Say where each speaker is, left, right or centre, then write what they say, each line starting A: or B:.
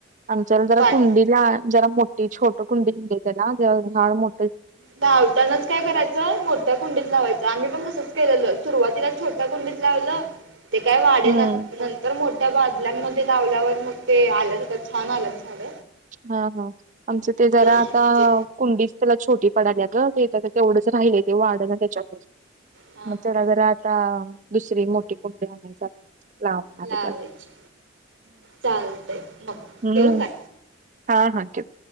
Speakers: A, on the right (about 40°); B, on the right (about 70°).
A: आमच्याला जरा
B: पाठ
A: कुंडीला जरा मोठ छोट कुंडी हली आहे ना झा मो
B: धावतानाच काय करायचं मोठ्या कुंडीत लावायचं आम्ही पण तसंच केलेलं सुरुवातीला छोटा कुंडीत लावलं ते काय वाढे
A: हम्म
B: न नंतर मोठ्या बादलांमध्ये लाावल्यावर मग ते आलंच होता छान आलंत झाड
A: हा हा आमचं ते जरा आता
B: आणायचे
A: कुंडीच त्याला छोटी पडल्या ग ते तेवढंच राहिल तेव्हा वाढणं त्याच्यामुळे
B: हा
A: मग
B: हा
A: तरगर आता दुसरी मोठी कुंडी आण लावणार
B: लावायची
A: त्यांना
B: चालतंय मग
A: हम्म
B: ठेऊ का
A: हा हा ठेव